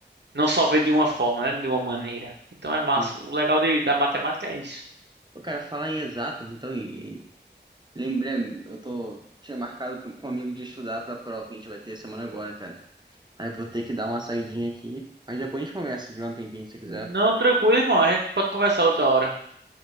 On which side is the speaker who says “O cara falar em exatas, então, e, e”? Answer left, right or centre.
Right